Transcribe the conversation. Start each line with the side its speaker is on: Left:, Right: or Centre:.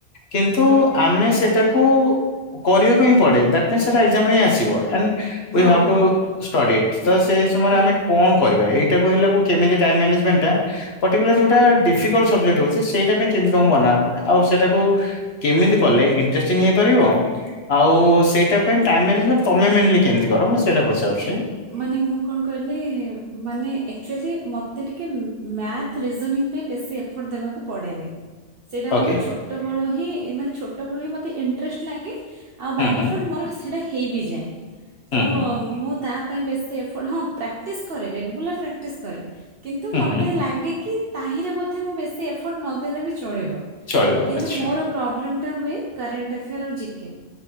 Left: କିନ୍ତୁ
Right: ହଁ ହଁ
Left: ଆମେ ସେଟାକୁ। କରିବାକୁ ହିଁ ପଡେ ଦ୍ୟା ନାଇ ସେଟା ଏକ୍ଜାମ୍ ରେ ହିଁ ଆସିବ ଆଣ୍ଡ ୱି
Right: ହଁ
Left: ହାବ୍ ଟୁ ଷ୍ଟଡି ଇଟ ତ ସେଇ ସମୟରେ
Right: ହଁ
Left: ଆମେ। କଣ କରିବା ଏଇଟାକୁ ହେଲାକୁ କେମିତି ଟାଇମ ମ୍ୟାନେଜ ମେଣ୍ଟ ଟା। ପଟିକୁଲାର ଯୋଉଟା ଡିଫିକଲ୍ଟ ସବଜେକ୍ଟ ହଉଛି ସେଇଟା ପାଇଁ କେମିତି କଣ ବନା ହୁଏ ଆଉ ସେଟାକୁ? କେମିତି କଲେ ଇଣ୍ଟରେଷ୍ଟିଂ ହେଇପାରିବ।
Right: କରି।
Left: ଆଉ ସେଇଟା ପାଇଁ ଟାଇମ ମ୍ୟାନେଜମେଣ୍ଟ ତମେ ମେନଲି କେମିତି କର ମୁଁ ସେଇଟା ପଚାରୁଛି।
Right: ମାନେ ମୁଁ କଣ କହିଲେ ମାନେ ଏକଚୁଲି ମତେ ଟିକେ ଉଁ ମ୍ୟା ଥ ରେଜୋନିଙ୍ଗ ପାଇଁ ବେଶୀ ଏଫର୍ଟ ଦେବାକୁ ପଡ଼େନି। ସେଇଟା
Left: ଓକେ
Right: ମୋର ଛୋଟବେଳ ହିଁ ମାନେ ଛୋଟବେଳୁ ହିଁ ମୋତେ ଇଣ୍ଟରେଷ୍ଟ ଲାଗେ। ଆଉ
Left: ହୁଁ
Right: ବାଏ
Left: ହୁଁ
Right: ଡିଫଲ୍ଟ ମୋର ସେଇଟା ହେଇ ବିଯାଏ
Left: ହୁଁ
Right: ତ
Left: ହୁଁ
Right: ମୁଁ ତା। ପାଇଁ ବେଶୀ ଏଫ୍ ହଁ ପ୍ରାକ୍ଟିସ୍ କରେ ରେଗୁଲାର ପ୍ରାକ୍ଟିସ୍ କରେ କିନ୍ତୁ
Left: ହୁଁ
Right: ମୋତେ
Left: ହୁଁ
Right: ଲାଗେ କି। ତାହିଁରେ ବୋଧେ ମୁଁ ବେଶୀ ଏଫର୍ଟ ନ ଦେଲେ ବି ଚଳିବ
Left: ଚଳିବ
Right: କିନ୍ତୁ
Left: ଆଚ୍ଛା
Right: ମୋର। ପ୍ରୋବ୍ଲେମ ଟା ହୁଏ କରେଣ୍ଟ ଆଫେୟାର ଆଉ ଜି କେ।